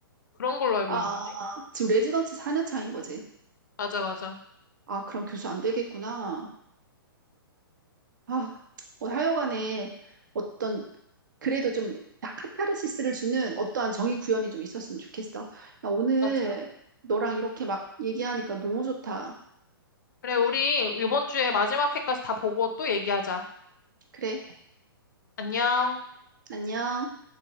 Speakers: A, on the left; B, on the right.
A: 그런 걸로 알고
B: 아,
A: 있는데.
B: 지금 레지던트 4년 차인 거지.
A: 맞아, 맞아.
B: 아, 그럼 교수 안 되겠구나. 아, 뭐 하여간에 어떤 그래도 좀 카타르시스를 주는 어떠한 정의 구현이 좀 있었으면 좋겠어. 야, 오늘
A: 맞아.
B: 너랑 이렇게 막 얘기하니까 너무 좋다.
A: 그래, 우리 이번 주에 마지막 회까지 다 보고 또 얘기하자.
B: 그래,
A: 안녕.
B: 안녕.